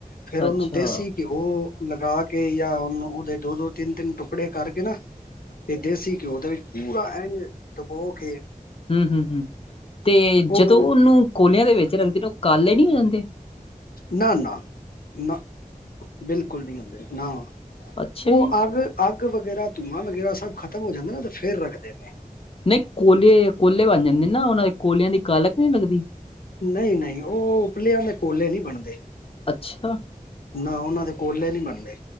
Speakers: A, on the left; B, on the left.
A: ਫੇਰ ਉਹਨੂੰ
B: ਅੱਛਾ
A: ਦੇਸੀ ਘਿਓ ਲਗਾ ਕੇ ਜਾਂ ਉਹਨੂੰ ਓਦੇ ਦੋ ਦੋ ਤਿੰਨ-ਤਿੰਨ ਟੁਕੜੇ ਕਾਰਕੇ ਨਾ, ਤੇ ਦੇਸੀ ਘਿਓ ਦੇ ਵਿੱਚ ਪੂਰਾ ਐਂਝ ਡੁਬੋ ਕੇ
B: ਹੂੰ, ਹੂੰ, ਹੂੰ ਤੇ
A: ਉਹਨੂੰ
B: ਜਦੋ ਓਨੂੰ ਕੋਲਯਾਂ ਦੇ ਵਿੱਚ ਰੱਖਦੇ ਨੇ ਓ ਕਾਲੇ ਨੀ ਹੋ ਜਾਂਦੇ।
A: ਨਾ, ਨਾ, ਨਾ, ਬਿਲਕੁਲ ਨੀ ਹੁੰਦੇ, ਨਾ
B: ਅੱਛਾ
A: ਓ
B: ਜੀ,
A: ਅੱਗ, ਅੱਗ ਵਗੈਰਾ ਧੂੰਆਂ ਵਗੈਰਾ ਸਬ ਖ਼ਤਮ ਹੋ ਜਾਂਦੈ ਨਾ, ਤੇ ਫੇਰ ਰੱਖਦੇ ਨੇ।
B: ਨਈ ਕੋਲੇ ਕੋਲੇ ਬੰਨ ਜਾਂਦੇ ਨਾ, ਓਨਾਂ ਦੇ ਕੋਲਯਾਂ ਦੀ ਕਾਲਕ ਨੀ ਲੱਗਦੀ।
A: ਨਈ, ਨਈ ਓ ਉਪਲਯਾਂ ਦੇ ਕੋਲੇ ਨੀ ਬਣਦੇ
B: ਅੱਛਾ।
A: ਨਾ ਉਹਨਾਂ ਦੇ ਕੋਇਲੇ ਨਹੀਂ ਬਣਦੇ